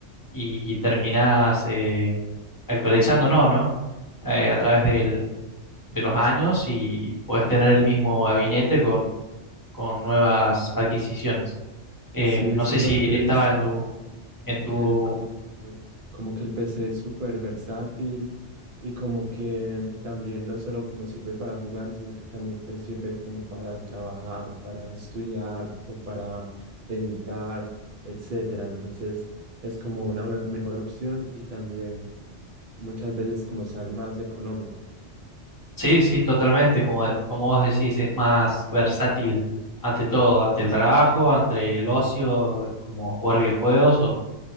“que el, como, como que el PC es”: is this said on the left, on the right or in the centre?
Right